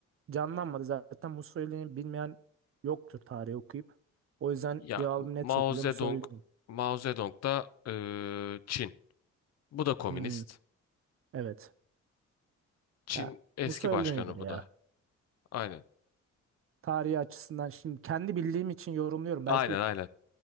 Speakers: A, on the right; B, on the left.
A: canlanmadı. Zaten Mussolini'yi bilmeyen yoktur tarihi okuyup. O yüzden
B: Ya
A: cevabım net
B: Mao
A: şekilde
B: Zedong,
A: Mussolini.
B: Mao Zedong da eee, Çin. Bu da komünist.
A: Hmm, evet.
B: Çin
A: Ya,
B: eski
A: Musa öyledir
B: başkanı
A: ya.
B: bu da. Aynen.
A: Tarihi açısından şimdi kendi bildiğim için yorumluyorum. Belki
B: Aynen aynen.